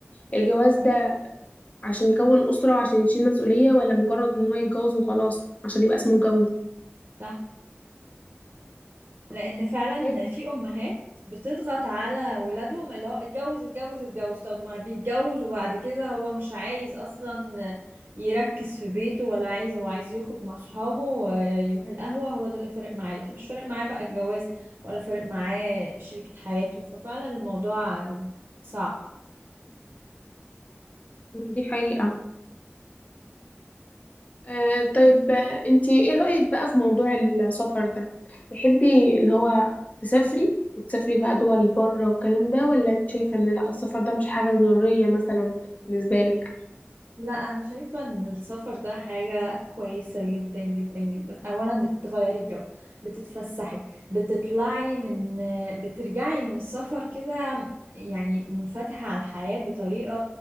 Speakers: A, on the left; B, on the right.
A: الجواز ده عشان يكون أسرة وعشان يشيل مسؤولية ولا مجرد ان هو يتجوز وخلاص عشان يبقى اسمه اتجوز
B: صح لان فعلا
A: طيب
B: في امهات بتضغط على ولادهم اللي هو اتجوز اتجوز اتجوز طب ما بيتجوز وبعد كده هو مش عايز اصلا يركز في بيته ولا عايز هو عايز يخرج مع صحابه ويروح القهوة هو ده اللي فارق معاه لكن مش فارق معاه بقى الجواز ولا فارق معاه شريكة حياته ففعلا الموضوع صعب
A: دي حقيقة آه طيب آه، انتي ايه رأيك بقى في موضوع السفر ده تحبي اللي هو تسافري وتسافري بقى دول بره والكلام ده ولا انت شايفة ان لا السفر ده مش حاجة ضرورية مثلا بالنسبة لك
B: لا انا شايفه ان السفر ده حاجه كويسه جدا جدا جدا اولا بتغيري الجو بتتفسحي بتطلعي من بترجعي من السفر كده يعني منفتحه على الحياه بطريقه